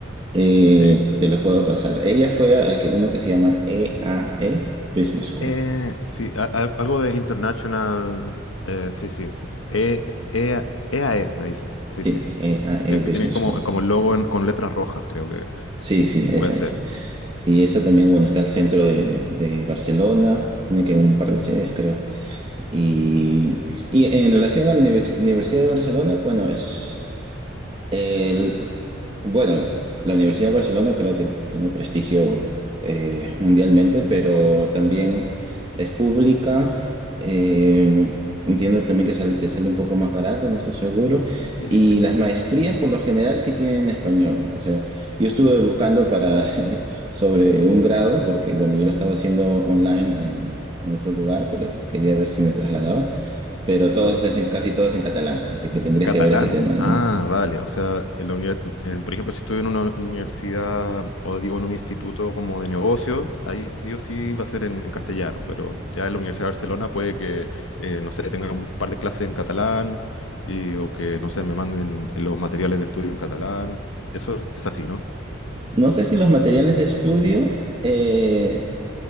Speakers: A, on the right; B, on the left.
A: eh,
B: Sí.
A: te lo puedo pasar. Ella fue al que, uno que se llama EAE Business School.
B: Eh, sí, a- a- algo de international. eh, sí, sí. E, E- EAE, me dice. Sí,
A: Sí,
B: sí.
A: EAE
B: Que, que
A: Business
B: tiene como,
A: School.
B: como el logo en- con letras rojas, creo que
A: Sí, sí, esa,
B: puede ser.
A: esa. Y esa también, bueno, está al centro de, de Barcelona, tiene que un par de sedes, creo. Y, y en relación a la univers- Universidad de Barcelona, bueno, es... El- bueno, la Universidad de Barcelona creo que tiene prestigio eh, mundialmente, pero también es pública. eh, entiendo también que sale- te sale un poco más barato, no estoy seguro.
B: Sí,
A: Y
B: sí.
A: las maestrías por lo general sí tienen español. O sea, yo estuve buscando para <laughs> sobre un grado, porque bueno, yo lo estaba haciendo online en, en otro lugar, pero quería ver si me
B: Mm,
A: trasladaba.
B: mm,
A: Pero
B: Vale.
A: todos es en, casi todos en catalán, así que tendrías
B: Un catalán.
A: que ver ese tema, ¿no?
B: Ah, vale. O sea, en la univers- en- por ejemplo, si estoy en una universidad o digo en un instituto como de negocios, ahí sí o sí va a ser en, en castellano, pero ya en la Universidad de Barcelona puede que, eh, no sé, tenga un par de clases en catalán y, o que, no sé, me manden los materiales de estudio en catalán. Eso es así, ¿no?
A: No sé si los materiales de estudio, eh,